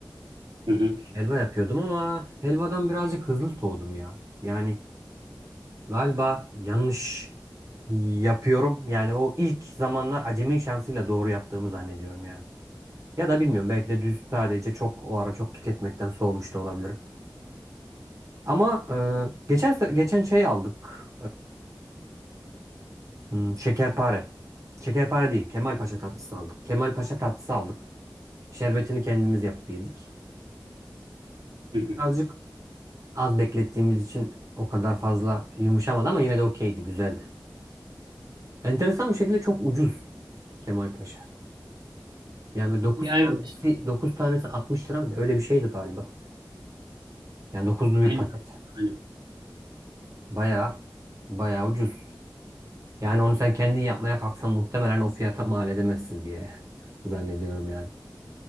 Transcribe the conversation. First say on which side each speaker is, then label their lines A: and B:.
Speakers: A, on the right; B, on the right.
A: Hı hı.
B: Helva yapıyordum ama helvadan birazcık hızlı soğudum ya. Yani galiba yanlış yapıyorum. Yani o ilk zamanlar acemi şansıyla doğru yaptığımı zannediyorum yani. Ya da bilmiyorum belki de düz sadece çok o ara çok tüketmekten soğumuş da olabilirim. Ama e, geçen se- geçen şey aldık. Hmm, şekerpare. Şekerpare değil. Kemalpaşa tatlısı aldık. Kemalpaşa tatlısı aldık. Şerbetini kendimiz yapıp yedik.
A: Hı hı.
B: Azıcık az beklettiğimiz için o kadar fazla yumuşamadı ama yine de okeydi, güzeldi. Enteresan bir şekilde çok ucuz Kemalpaşa. Yani dokuz
A: Ya
B: tanesi
A: evet.
B: 9 tanesi 60 lira mıydı? Öyle bir şeydi galiba. Yani dokuzlu bir
A: Aynen.
B: paket.
A: Aynen.
B: Bayağı bayağı ucuz. Yani onu sen kendin yapmaya kalksan muhtemelen o fiyata mal edemezsin diye <laughs> zannediyorum yani.